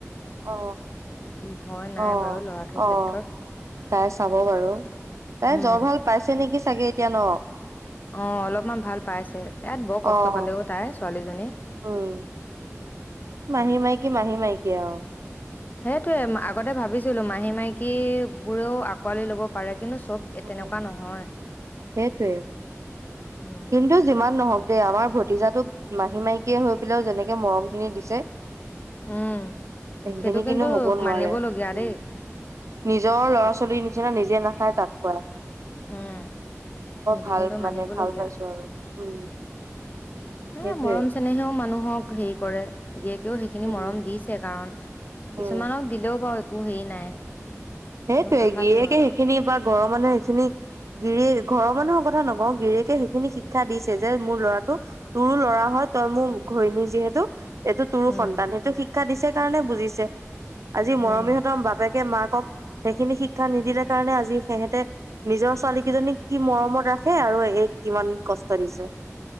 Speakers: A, on the right (about 70°); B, on the left (about 35°).
A: অ
B: ভয় নাই
A: অ
B: বাৰু ল'ৰাটোৰ
A: অ
B: ক্ষেত্ৰত
A: তাই চাব বাৰু তাই
B: উম
A: জ্বৰ ভাল পাইছে নেকি চাগে কন
B: অ অলপমান ভাল পাইছে ইয়াত বৰ
A: অ',
B: কষ্ট পালেও তাই ছোৱালীজনী
A: উম, মাহী মাইকী মাহী মাইকী আৰু
B: সেইটয়ে আগতে ভাবিছিলো মাহী মাইকী বোৰেও আঁকোৱালি ল'ব পাৰে কিন্তু চব এ
A: উ
B: তেনেকুৱা নহয়
A: সেইটোয়
B: উম
A: কিন্তু যিমান । নহক দেই আমাৰ ভতিজাাটোক মাহী মাইকিয়ীয়ে হৈ পেলাইও যেনেকে মৰম খিনি দিছে
B: উম
A: সেইখিনি
B: সেইটো
A: কিন্তু হব নোৱাৰে
B: মানিবলগীয়া দেই
A: উম নিজৰ লৰা
B: সেইট
A: ছোৱালীৰ নিচিনা নিজে নাখায় তাক বৰ
B: উম সেইটো
A: ভাল
B: কিন্তু মানিবলগীয়া
A: মানে ভাল পাইছো আৰু উম
B: হে
A: সেইটোয়ে
B: মৰম চেনেহেও মানুহক হেৰি কৰে জীয়েকেও সেইখিনি
A: উম
B: মৰম দিছে কাৰণ
A: উম
B: কিছুমানক দিলেও ব একো হেই নাই
A: সেইটয়ে
B: কিন্তু তথাপিও
A: গিৰিয়েকে
B: আৰু
A: সেইখিনি বা ঘৰৰ মানুহে সেইখিনি গিৰিয়ে ঘৰৰ মানুহৰ কথা নকওঁ গিৰিয়কে সেইখিনি শিক্ষা দিছে যে মোৰ ল'ৰাটো তোৰো ল'ৰা হয় তই মোৰ ঘৈণী যিহেতু । এইটো তোৰো
B: উম
A: সন্তান সেইটো শিক্ষা দিছে কাৰণে বুজিছে আজি মৰমিহঁতৰ
B: উম
A: বাপেকে মাক ক'ক সেইখিনি শিক্ষা নিদিলে কাৰণে আজি সেহেতে নিজৰ ছোৱালী কেইজনীক কি মৰমত ৰাখে আৰু এইক কিমান কষ্ট দিছে।